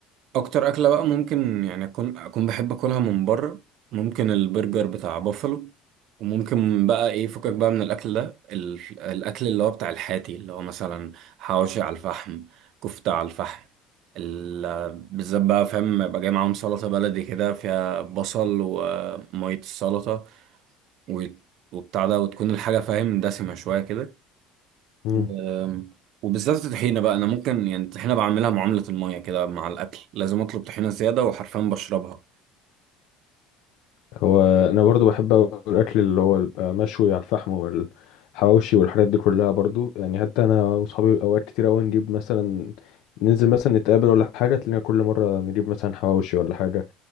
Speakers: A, on the right; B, on the left.
A: اكتر اكله بقى ممكن يعني اكون اكون بحب اكلها من بره ممكن البرجر بتاع بافلو وممكن بقى ايه فكك بقى من الاكل ده ال- الاكل اللي هو بتاع الحاتي اللي هو مثلا حواوشي على الفحم كفته على الفحم ال- بالذات بقى فاهم يبقى جاي معاهم سلطه بلدي كده فيها بصل وميه السلطه و- وبتاع ده وتكون الحاجه فاهم دسمه شويه كده
B: مم.
A: و- وبالذات الطحينة بقى أنا ممكن يعني الطحينة بعملها معاملة المية كده مع الأكل لازم أطلب طحينة زيادة وحرفيا بشربها
B: هو انا برضو بحب أوي الاكل اللي هو بيبقى مشوي على الفحم والحواوشي والحاجات دي كلها برضو يعني حتى انا واصحابي اوقات كتير قوي نجيب مثلا ننزل مثلا نتقابل ولا حاجه تلاقينا كل مره نجيب مثلا حواوشي ولا حاجه